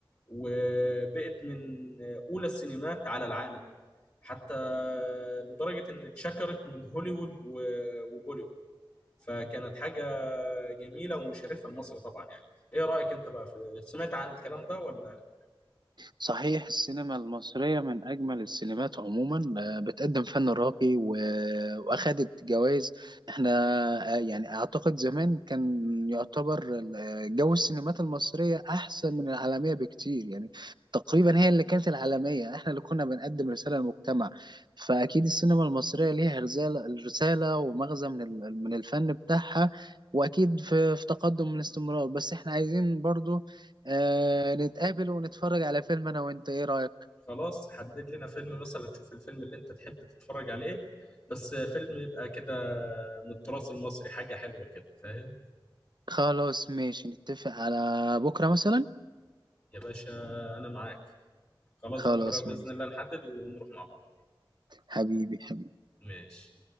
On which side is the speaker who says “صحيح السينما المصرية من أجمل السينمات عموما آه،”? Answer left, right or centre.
Right